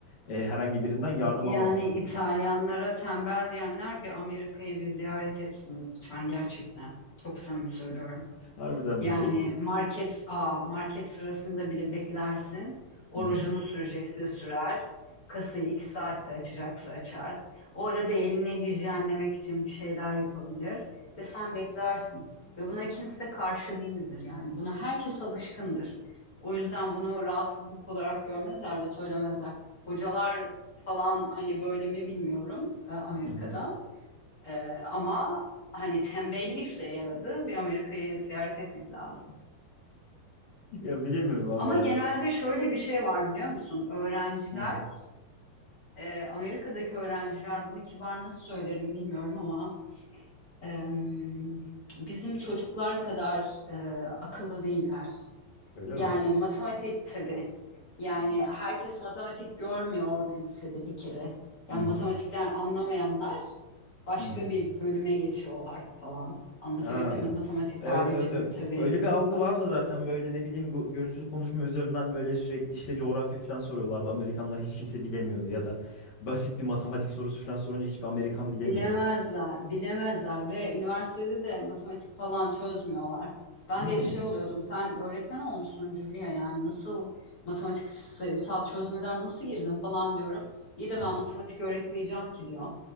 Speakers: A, on the left; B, on the left.
A: Ee, herhangi birinden yardım
B: Yani
A: alamazsın.
B: İtalyanlara tembel diyenler bir Amerika'yı bir ziyaret etsin lütfen gerçekten. Çok samimi söylüyorum.
A: <laughs> Harbiden
B: Yani
A: mi? Ge-
B: market a market sırasında bile beklersin. orucunu
A: Hı hı,
B: rujunu sürecekse sürer. Kasayı iki saatte açacaksa açar. O arada elini hijyenlemek için bir şeyler yapabilir ve sen beklersin. Ve buna kimse karşı değildir yani. Buna herkes alışkındır. O yüzden bunu rahatsızlık olarak görmezler ve söylemezler. Hocalar falan hani böyle mi bilmiyorum e, Amerika'da.
A: hı hı.
B: E, ama hani tembellikse yaradı bir Amerika'yı ziyaret etmek lazım.
A: Ya bilemiyorum valla
B: Ama
A: ya.
B: genelde şöyle bir şey var biliyor musun? Öğrenciler,
A: Hı hı.
B: e, Amerika'daki öğrenciler bunu kibar nasıl söylerim bilmiyorum ama em, bizim çocuklar kadar e, akıllı değiller.
A: Öyle
B: Yani
A: mi?
B: matematik tabii. Yani herkes matematik görmüyor orada lisede bir kere. Yani
A: Hı hı,
B: matematikten anlamayanlar başka
A: hı hı.
B: bir bölüme geçiyorlar falan. Anlatabildim
A: Ha.
B: mi? Matematik
A: Evet
B: harici
A: evet evet.
B: bir tabii.
A: Öyle bir algı vardı zaten böyle ne bileyim go- görüntülü konuşma üzerinden böyle sürekli işte coğrafya falan soruyorlardı. Amerikanlar hiç kimse bilemiyordu ya da basit bir matematik sorusu falan sorunca hiçbir Amerikan bilemiyordu.
B: Bilemezler, bilemezler ve üniversitede de matematik falan çözmüyorlar. Ben
A: Hmm.
B: de bir şey oluyordum. Sen öğretmen olmuşsun Julia yani nasıl matematik sayısal çözmeden nasıl girdin falan diyorum. İyi de
A: Hı
B: ben
A: hı.
B: matematik öğretmeyeceğim ki diyor.